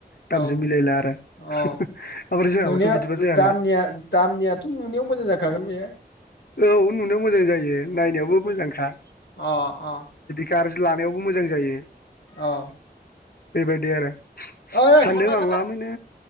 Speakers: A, on the left (about 90°); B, on the left (about 60°).
A: औ
B: दामजों मिलायला आरो
A: औ
B: ओमफ्राय जोंहाबाथ'
A: नुनाया
B: बिदिबा जायाना
A: दामनिया दामनियाथ' नुनायाव मोजां जाखागोन बेयो
B: औ नुनायाव मोजां जायो बे नायनायावबो मोजांखा
A: अ अ
B: गाज्रि लानायावबो मोजां जायो
A: औ
B: बेबायदि आरो
A: ओइ
B: फानदों
A: थांलाय
B: आं
A: थांलाय
B: लामैनो